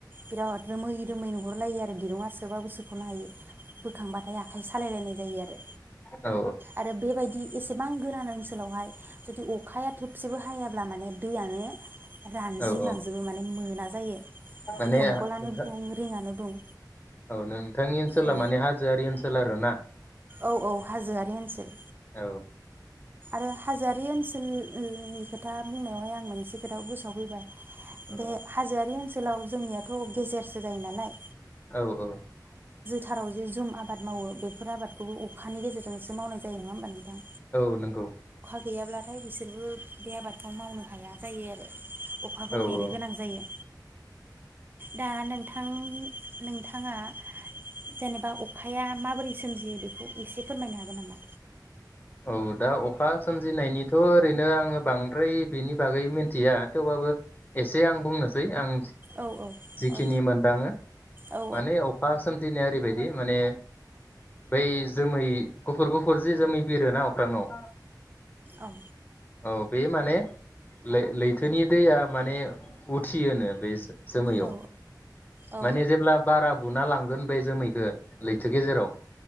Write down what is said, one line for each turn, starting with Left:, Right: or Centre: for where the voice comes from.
Right: बिराद रोमै रोमै नुहरलायो आरो दिरुंङा सोबाबो सोख'नो हायै। बोखांबाथाय आखाइ सालायलायनाय जायो आरो।
Left: औ
Right: आरो बेबायदि एसेबां गोरान ओनसोलावहाय जुदि अखाया थोबसेबो हायाब्ला माने दैयानो रानज्रिंलांजोबो
Left: औ औ
Right: माने मोना। जायो।
Left: माने
Right: दमखलानो
Left: नोंथां
Right: बुं रिङानो बुं
Left: औ नों। बिथांनि ओनोला
Right: औ
Left: मानि होआरि ओनसोल। सोल आरोना।
Right: औ औ हाजोआरि ओनसोल।
Left: औ
Right: नो हाजोआरि ओनसोलनि खोथा बुंनायावहाय आं मोनसे खोथा गोसोआव फैबाय।
Left: औ
Right: बे हाजोआरि ओन सोलाव जोंनियाथ' गेजेरसो जायो नालाय।
Left: औ औ।
Right: थाराव जे जुम आबाद मावो बेफोर आबाद खौ अखानि गेजेरजोंसो मावनाय जायो नङा होमबा नों थां?
Left: नोंगौ।
Right: गैयाब्लाथाय बिसोरबो बे आबादखौ मावनो हाया जायो आरो। अखाखौ
Left: औ
Right: नेनो
Left: औ
Right: गोनां जायो। दा नोंथां नोंथाङा जेनेबा अखाया माबोरै सोमजियो बेखौ एसे फोरमायनो हागोन नामा?
Left: औ दा अखा सोमजिनायनिथ ओरैनो आङो बांद्राय बेनि बागै मिन्थिया थेवबाबो एसे आं बुंनोसै आं
Right: औ औ
Left: जिखिनि
Right: औ
Left: मोनदाङो
Right: औ
Left: माने अखा सम सोमजिनाया ओरैबायदि माने बै जोमै गुफुर गुफुर जि जोमै बिरोना अख्राङाव
Right: औ।
Left: अ बे माने लै-लैथोनि दैया माने उथियो नो बे जोमैयाव
Right: औ औ
Left: माने जेब्ला बारा बुना लाङो होनबाय जोमैखो लैथो गेजेराव